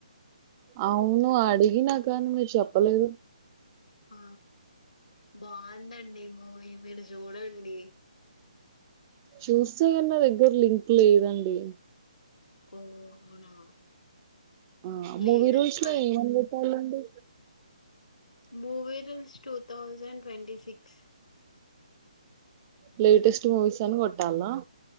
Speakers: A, on the right; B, on the left.
A: అవును అడిగినా కానీ మీరు చెప్పలేదు
B: ఆ బాగుందండి మూవీ మీరు చూడండి
A: చూస్త కని నా దగ్గర లింక్ లేదండి
B: ఓ అవునా
A: ఆ
B: లేదా
A: మూవీ రూల్స్
B: ఫ
A: లో ఏమని కోట్టాలండి
B: movie rules two thousand twenty six
A: latest movies అని కొట్టాలా